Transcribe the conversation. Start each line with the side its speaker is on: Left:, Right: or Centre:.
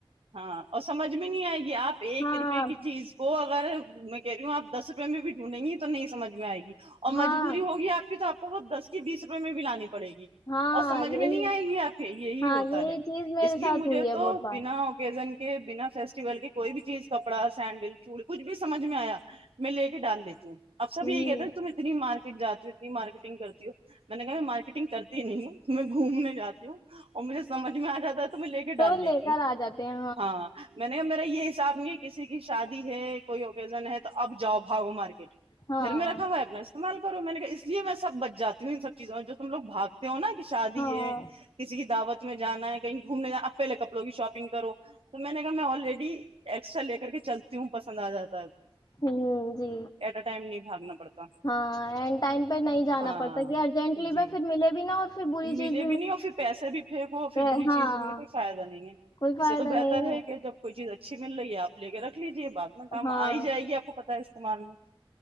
Right: ہاں اور سمجھ میں نہیں آئے گی آپ ایک
Left: ہاں
Right: روپئے کی چیز کو اگر میں کہہ رہی ہوں آپ دس روپئے میں بھی ڈھونڈیں گی تو نہیں سج میں آئے گی اور مجبوری
Left: ہاں
Right: ہوگی آپ کی تو وہ دس کی بیس روپئے میں بھی لانی پڑے گی
Left: ہاں
Right: اور سمجھ
Left: یہی
Right: میں نہیں آئے گی آپ کو ہی
Left: ہاں
Right: ہوتا
Left: یہی
Right: ہے
Left: چیز میرے
Right: اس لیے
Left: ساتھ
Right: مجھے
Left: ہوئی ہے
Right: تو
Left: بہت بار
Right: بنا اوکیزن کے بنا فیسٹیول کے کوئی بھی چیز کپڑا سینڈل چوول کچھ بھی سمجھ میں آیا میں لے کے ڈال لیتی ہوں اب سب
Left: ہ
Right: یہ کہ تھے تم اتنی مار جاتی ہوں ات مارکیٹگ کرتی ہوں میں نے کہا میں مارکٹنگ کرتی ہی نہیںوں میں گھومنے جاتی اور مجھے سمجھ میں آ جاتا تھا میں لے کے
Left: تو
Right: ڈال لیتی
Left: لے کر
Right: ہوں
Left: آ جاتے ہیں
Right: ہاں اور میرا یہ حساب نہیں ہے کسی کی شادی ہے کوئی اوکیزن ہے تو اب جاؤ بھاگو مارکیٹ
Left: ہاں
Right: گھر میں رکھا ہوا ہے اپنا استعمال کرو میں نے کہ اس لیے میں سب بچ جاتی ہوں ان سب چیزوں جو ہم لگ بھات تو ہو نہ کی شادی
Left: ہاں
Right: ہے کسی کی دعوت میں جانا ہے کہیں گھومنے جانا پہلے کپڑوں کی شاپنگ کرو تو میں نے کہا میں آلریڈی ایکسٹرا لے کر کے چلتی ہوں پسند آ جاتی
Left: ہ جی
Right: ٹائم نہیں بھاگنا پڑتا
Left: ہاں اینڈ ٹائم پہ نہیں جانا
Right: ہاں
Left: پڑتا کہ ارجینٹلی
Right: جی
Left: میں پھر ملے بھی نہا اور پھر بری
Right: ملے
Left: چیز
Right: بھی نہیں اور پھر پیسے بھی پھینکو پھر
Left: کہ
Right: بری
Left: ہاں
Right: چیز بھی ملے کوئی فائدہ نہیں ہے
Left: کوئی فائدہ
Right: اس سے تو بہتر
Left: نہیں
Right: ہے کہ جب چیز اچھی مل رہی ہے آپے کے رکھ لیجیے بع میں کام
Left: ہاں
Right: آ ہی جائے گی آپ کو پتا ہے س مالو